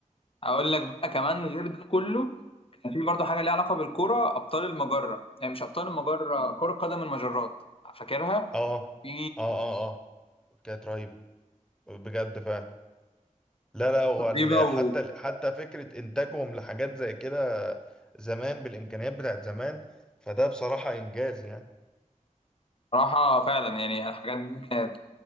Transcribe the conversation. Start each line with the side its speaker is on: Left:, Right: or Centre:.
Left: اقول لك بقى كمان غير ده كله كان في برضه حاجه ليها علاقه بالكوره ابطال المجره يعني مش ابطال المجره كره قدم المجرات فاكرها
Centre: اه
Left: في
Centre: اه اه اه كانت رهيبة بجد فعلا لا لا هو ال-
Left: تريبه
Centre: حتى ال- حتى فكرة إنتاجهم لحاجات زي كده زمان بالإمكانيات بتاعت زمان فده بصراحة إنجاز يعني
Left: صراحة فعلا يعني الحاجات دي كانت